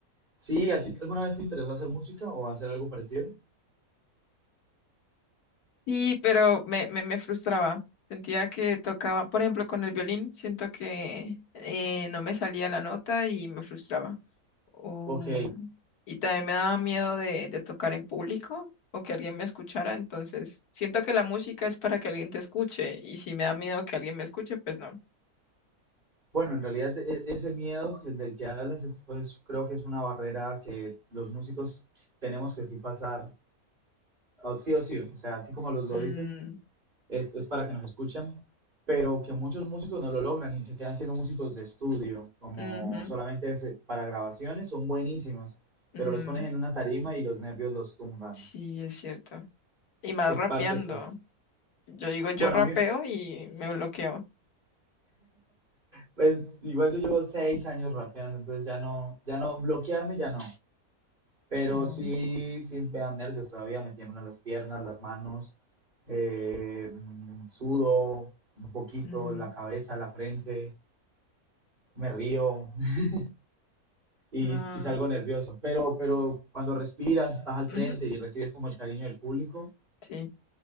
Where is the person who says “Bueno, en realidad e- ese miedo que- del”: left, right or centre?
Right